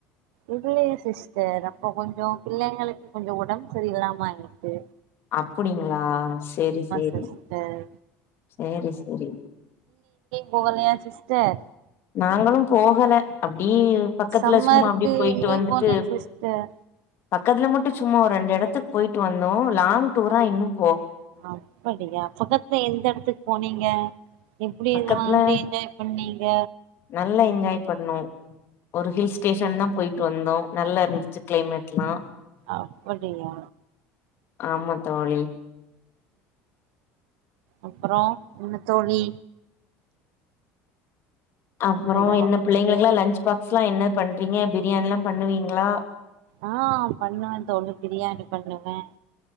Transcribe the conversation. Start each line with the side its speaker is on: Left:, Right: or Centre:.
Right: இல்லீங்க சிஸ்டர் அப்போ கொஞ்சோ பிள்ளைங்களுக்கு கொஞ்சோ ஒடம்பு சரியில்லாமா ஆயிடுச்சு
Left: அப்டிங்ளா சேரி சேரி
Right: சிஸ்டர்
Left: சேரி சேரி
Right: போகலயா சிஸ்டர்
Left: நாங்களும் போகல அப்ப உம் பக்கத்ல
Right: சம்மருக்கு
Left: சும்மா அப்டி போயிட்டு
Right: எங்கேயு
Left: வந்துட்டு
Right: போலயா சிஸ்டர்
Left: பக்கத்ல மட்டு சும்மா ஒரு ரெண்டு எடத்துக்கு போட்டு வந்தோ லாங் டூரா இன்னும்
Right: அப்படியா பக்கத்ல எந்த எடத்துக்கு போனீங்க எப்டி
Left: பக்கத்ல
Right: இது மாதிரி என்ஜாய் பண்ணீங்க
Left: நல்லா என்ஜாய் பண்ணே ஒரு ஹில் ஸ்டேஷன் தா போயிட்டு வந்தோ நல்லா இருந்துச்சு கிளைமேட்ல்லா
Right: அப்படியா
Left: ஆமா தோழி
Right: அப்றோ என்ன தோழி
Left: அப்றோ
Right: ஹலோ
Left: என்ன பிள்ளைங்ளா எல்லா லன்ச் பாக்ஸ் எல்லா என்ன பண்றீங்க எப்டி என்ன பண்ணுவீங்ளா
Right: ஆ பண்ணுவே தோழி பிரியாணி பண்ணுவே